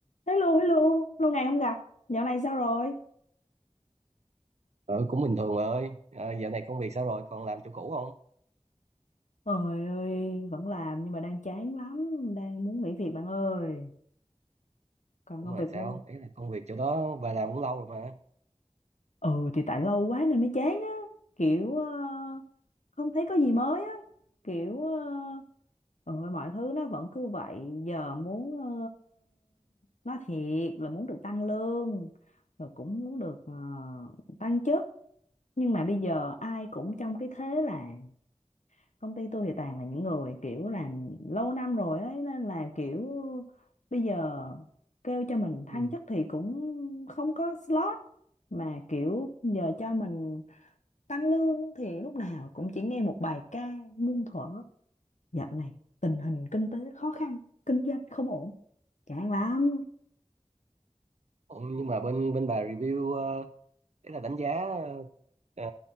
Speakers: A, on the left; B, on the right.
A: Hello, hello, lâu ngày không gặp, dạo này sao rồi?
B: Ừ, cũng bình thường bà ơi. À, dạo này công việc sao rồi? Còn làm chỗ cũ không?
A: trời ơi, vẫn làm nhưng mà đang chán lắm, đang muốn nghỉ việc bạn ơi. Còn
B: Cũng
A: công
B: làm
A: việc
B: sao?
A: của
B: Đấy là công việc chỗ đó bà làm cũng lâu rồi mà.
A: Ừ thì tại lâu quá nên mới chán á, kiểu ờ, không thấy có gì mới á, kiểu uh, ừ, mọi thứ nó vẫn cứ vậy, giờ muốn ờ, nói thiệt là muốn được tăng lương, rồi cũng muốn được ờ, tăng chức, nhưng mà bây giờ ai cũng trong cái thế là công ty tôi thì toàn là những người kiểu làm lâu năm rồi ấy nên là kiểu bây giờ kêu cho mình thăng
B: Ừ.
A: chức thì cũng không có slot mà kiểu giờ cho mình tăng lương thì lúc nào cũng chỉ nghe một bài ca muôn thuở dạo này tình hình kinh tế khó khăn kinh doanh không ổn chán lắm
B: Ủa, nhưng mà bên bên bà review ờ, đấy là đánh giá ờ,